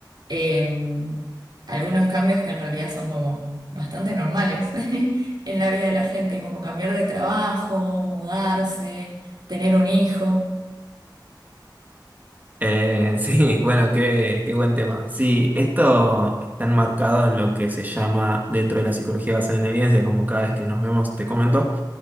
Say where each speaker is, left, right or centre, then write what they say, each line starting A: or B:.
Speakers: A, on the right; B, on the right.
A: eh, algunos cambios que en realidad son como bastante normales <laughs> en la vida de la gente, como cambiar de trabajo, mudarse, tener un hijo.
B: Eh, <laughs> sí, bueno, qué, qué buen tema. Sí, esto está enmarcado en lo que se llama dentro de la psicología basada en evidencia, como cada vez que nos vemos te comento,